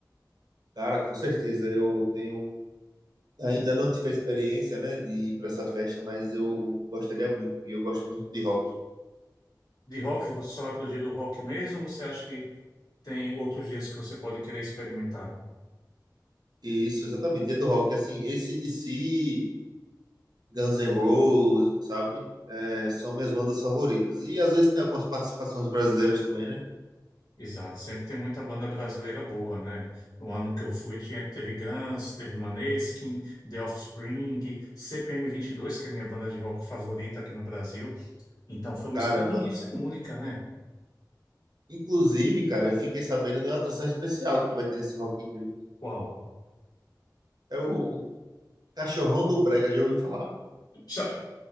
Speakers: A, on the right (about 65°); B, on the left (about 55°).
A: Cara, com certeza. Eu tenho Ainda não tive a experiência, né, de ir para essa festa, mas eu gostaria muito, porque eu gosto muito de rock.
B: De rock? Você só vai para o dia do rock mesmo ou você acha que tem outros dias que você pode querer experimentar?
A: E isso, exatamente, dia do rock. Assim, AC/DC, Guns N' Roses, sabe? É, são minhas bandas favoritas. E às vezes tem algumas participações brasileiras também, né?
B: Exato, sempre tem muita banda brasileira boa, né? No ano que eu fui, tinha, teve Guns, teve Maneskin, The Offspring, CPM dois que é a minha banda de rock favorita aqui no Brasil. Então foi uma
A: Caramba.
B: experiência única, né?
A: Inclusive, cara, eu fiquei sabendo de uma atração especial que vai ter nesse Rock in Rio.
B: Uau,
A: É o Cachorrão do Brega, já ouvi falar.
B: <laughs> já,